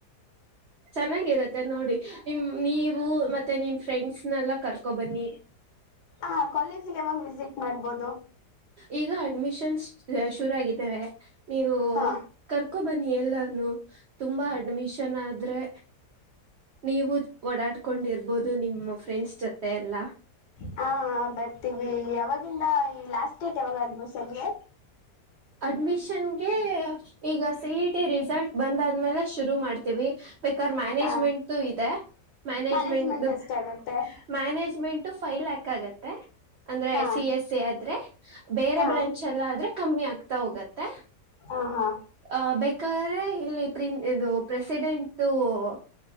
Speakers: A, on the right; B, on the left.
A: ಚೆನ್ನಾಗಿರತ್ತೆ ನೋಡಿ ನಿಮ್ ನೀವು ಮತ್ತೆ ನಿಮ್ ಫ್ರೆಂಡ್ಸ್ನೆಲ್ಲ ಕರ್ಕೊ ಬನ್ನಿ.
B: ಹ ಕಾಲೇಜಿಗೆ ಯಾವಾಗ ವಿಸಿಟ್ ಮಾಡ್ಬೋದು.
A: ಈಗ ಅಡ್ಮಿಷನ್ಸ್ ಶುರು ಆಗಿದೆ ನೀವು
B: ಹಾ
A: ಕರ್ಕೊ ಬನ್ನಿ ಎಲ್ಲಾನು ತುಂಬಾ ಅಡ್ಮಿಷನ್ ಆದ್ರೆ. <inaudible> ನೀವು ಓಡಾಡ್ಕೊಂಡಿರ್ಬೋದು ನಿಮ್ಮ ಫ್ರೆಂಡ್ಸ್ ಜೊತೆ ಎಲ್ಲಾ <inaudible>
B: ಹಾ ಬರ್ತೀವಿ ಯಾವಾಗಿಂದ ಈ ಲಾಸ್ಟ್ ಡೇಟ್ ಯಾವಾಗ ಅಡ್ಮಿಷನಗೆ? <inaudible>
A: ಅಡ್ಮಿಷನಗೆ? <inaudible> ಈಗ ಸಿ ಇ ಟಿ ರಿಸಲ್ಟ್ ಬಂದಾದ್ಮೇಲೆ ಶುರು ಮಾಡ್ತೀವಿ. <inaudible> ಬೇಕಾರ ಮ್ಯಾನೇಜ್ಮೆಂಟದು
B: ಹಾ
A: ಇದೆ ಮ್ಯಾನೇಜ್ಮೆಂಟದ
B: ಮ್ಯಾನೇಜ್ಮೆಂಟ್ ಎಷ್ಟ ಆಗತ್ತೆ
A: <inaudible> ಮ್ಯಾನೇಜ್ಮೆಂಟ್ ಫೈ ಲ್ಯಾಕ್ ಆಗುತ್ತೆ ಅಂದರೆ
B: ಹಾ
A: ಸಿ ಎಸ್ ಸಿ ಆದರೆ ಬೇರೆ
B: ಹಾ
A: ಬ್ರಾಂಚ್ <inaudible> ಚೆಲ ಆದರೆ ಕಮ್ಮಿ ಆಗ್ತಾ ಹೋಗುತ್ತೆ. <inaudible>
B: ಹಾ ಹಾ <inaudible>
A: ಅ ಬೇಕಾದ್ರೆ ಇಲ್ಲಿ ಪ್ರಿನ್ ಇದು ಪ್ರೆಸಿಡೆಂಟದು <inaudible>